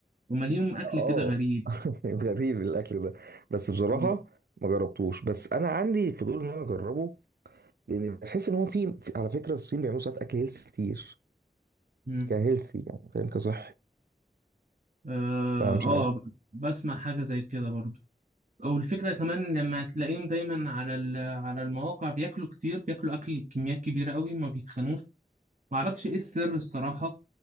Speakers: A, on the right; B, on the right.
A: ومليون اكل
B: اه
A: كده غريب
B: <laughs> غريب الاكل ده بس بصراحة
A: مم.
B: ما جربتوش بس انا عندي فضول ان انا اجربه لان بحس ان هو في في- على فكرة الصين بيعملوا ساعات اكل هيلث كتير
A: مم.
B: كهيلثي يعني فاهم كصحي
A: اه
B: فمش عارف
A: آه، ب- بسمع حاجه زي كده برضو او الفكره كمان لما تلاقيهم دايما على ال- على المواقع بياكلوا كتير بياكلوا اكل بكميات كبيره قوي ما بيتخنوش معرفش ايه السر الصراحه